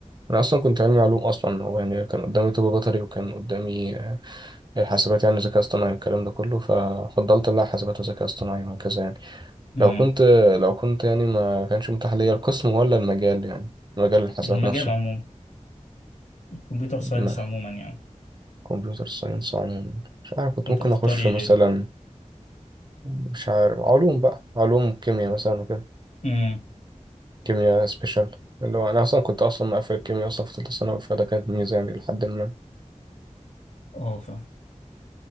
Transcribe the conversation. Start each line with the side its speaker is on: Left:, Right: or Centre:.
Right: انا اصلا كنت علمي علوم اصلا هو يعني كان قدامي طب بيطري وكان قدامي آه، حاسبات يعني ذكاء اصطناعي والكلام ده كله ففضلت لا حاسبات وذكاء اصطناعي وهكذا يعني
Left: امم
Right: لو كنت لو كنت يعني ما كانش متاح ليا القسم ولا المجال يعني مجال الحاسبات
Left: المجال
Right: نفسه
Left: عموما الكمبيوتر ساينس
Right: ما
Left: عموما يعني
Right: كمبيوتر ساينس عموما مش عارف كنت
Left: كنت
Right: ممكن
Left: هتختار
Right: اخش
Left: ايه
Right: مثلا
Left: غيره
Right: مش عارف علوم بقى علوم كيمياء مثلا وكده
Left: امم
Right: كيمياء سبيشال اللي هو انا اصلا كنت اصلا مقفل الكيمياء اصلا في ثالثه ثانوي فده كانت ميزه يعني لحد ما
Left: اه فاهم